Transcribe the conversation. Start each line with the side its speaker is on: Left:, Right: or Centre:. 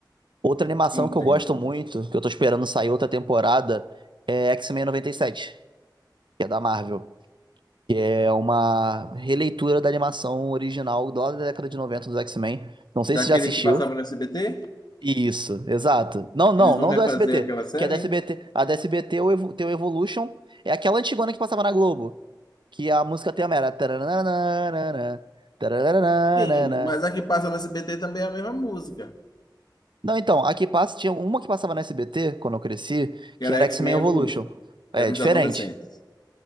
Right: Outra animação
Left: Entendo.
Right: que eu gosto muito, que eu tô esperando sair outra temporada, é X-Men 97, que é da Marvel. É uma releitura da animação original lá da década de 90 dos X-Men. Não sei
Left: Daquele
Right: se já assistiu.
Left: que passava no SBT?
Right: Isso, exato. Não, não,
Left: Eles vão
Right: não
Left: refazer
Right: do SBT.
Left: aquela série?
Right: Que é da SBT. A da SBT, o Evo- tem o Evolution. É aquela antigona que passava na Globo. Que a música tem a mera. taranana, taranana.
Left: Sim, mas a que passa no SBT também é a mesma música,
Right: Não, então, a que passa, tinha uma que passava na SBT quando eu cresci,
Left: que
Right: que
Left: era
Right: era
Left: X-Men
Right: X-Men Evolution.
Left: Evolution,
Right: É
Left: que era
Right: diferente.
Left: os adolescentes.